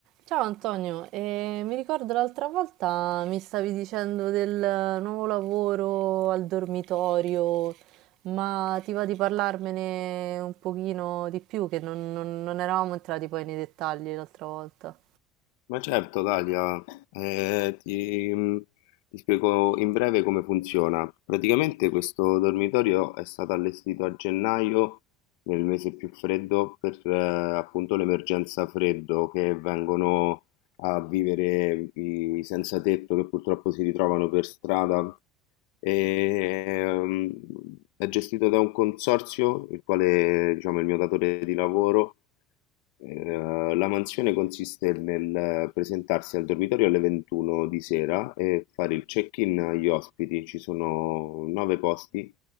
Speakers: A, on the right (about 50°); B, on the left (about 75°).
A: Ciao Antonio, eh, mi ricordo l'altra volta mi stavi dicendo del nuovo lavoro al dormitorio, ma ti va di parlarmene un pochino di più, che non, non- non eravamo entrati poi nei dettagli l'altra volta.
B: Ma certo, Dalia, eh, ti, mm, ti spiego in breve come funziona. Praticamente questo dormitorio è stato allestito a gennaio, nel mese più freddo, per eh, appunto l'emergenza freddo che vengono a vivere i senza tetto che purtroppo si ritrovano per strada. E, ehm, è gestito da un consorzio, il quale, diciamo, è il mio datore di lavoro eh, la mansione consiste nel presentarsi al dormitorio alle 21 di sera e fare il check-in agli ospiti. Ci sono nove posti,